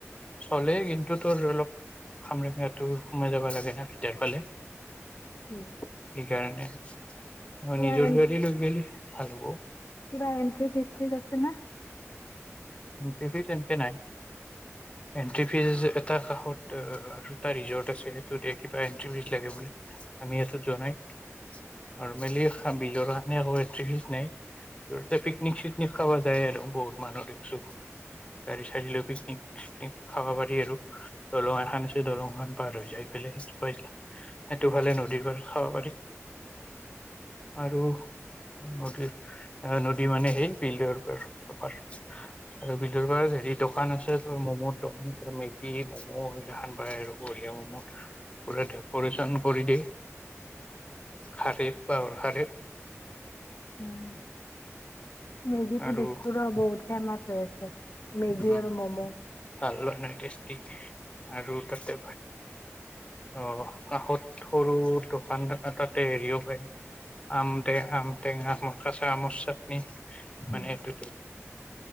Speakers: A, on the left (about 20°); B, on the left (about 60°).
A: চলে কিন্তু তোৰ অলপ খামৰেঙা সোমাই যাব লাগে ন ভিতৰ ফালে।
B: উম,
A: সেই কাৰণে। অ
B: কিবা
A: নিজৰ
B: এ
A: গাড়ী লৈ গ। ভাল হ'ব।
B: কিবা এন্ট্ৰি ফিজ চিজ আছে না?
A: এণ্টি ফিজ এনেকে নাই এণ্টি ফিজ এটা কাষত আৰু এটা ৰিজৰ্ট আছে সেইটো দ কিবা এণ্টি ফিজ লাগে বুলে আমি সেইটো জনাই আৰু মেলি বিলৰনে এটি ফিজ নাই আৰু পিকনিক চিকনিক খাব যায় আৰু বহুত মানুহ। গাড়ী চাৰি লৈ পিকনিক চিকনিক খাব পাৰি আৰু দলং এখন আছে দলংখন পাৰ হৈ যায় পাই সেইটো সেইটোফালে নদীৰ পাৰ খাব পাৰি আৰু নদীৰ নদী মানে সেই বিল্ডৰ পৰা পাৰ। আৰু ভিদৰাৰ হেৰি দোকান আছে ত ম'ম' দোকান ত মেগী ম'ম' এইদিনাখান বায় আৰু বঢ়িয়া ম'ম' পুৰা ডক'ৰেচন কৰি দিয়ে খাৰফ বাহৰ খাৰিফ।
B: উম মেগীটো
A: আৰু
B: দিছো ৰ বহুত। টাইম আছে। মেগী
A: উম
B: আৰু ম'ম'
A: ভাল লগা নাই টেষ্টি। আৰু তাতে। অ কাষত সৰু। দোকান দ তাতে এৰিও? আমটেং আম টেঙা আমাৰ কেঁচা আমৰ চাটনি। মানেটো
B: উম,